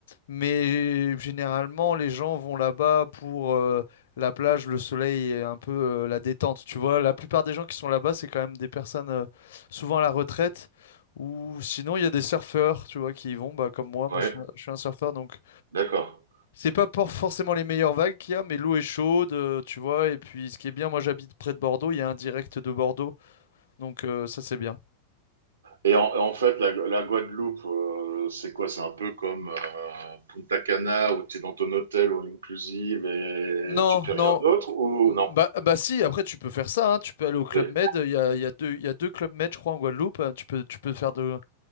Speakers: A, on the left (about 60°); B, on the right (about 70°).
A: Mais généralement, les gens vont là-bas pour euh, la plage, le soleil et un peu euh, la détente. Tu vois, la plupart des gens qui sont là-bas, c'est quand même des personnes euh, souvent à la retraite. Ou sinon, il y a des surfeurs, tu vois, qui y vont, bah, comme moi. Moi,
B: ouais,
A: je suis un, je suis un surfeur, donc
B: d'accord.
A: c'est pas pour forcément les meilleures vagues qu'il y a, mais l'eau est chaude, euh, tu vois. Et puis, ce qui est bien, moi j'habite près de Bordeaux, il y a un direct de Bordeaux, donc euh, ça c'est bien.
B: Et en, en fait, la, la Guadeloupe, euh, c'est quoi? C'est un peu comme euh, Punta Cana, où tu es dans ton hôtel all inclusive et
A: Non,
B: tu fais
A: non,
B: rien d'autre, ou non?
A: bah, bah si, après tu peux faire ça, hein, Tu peux aller au Club
B: Oui.
A: Med, il y a, il y a deux, il y a deux Club Med, je crois, en Guadeloupe. hein, Tu peux, tu peux faire de,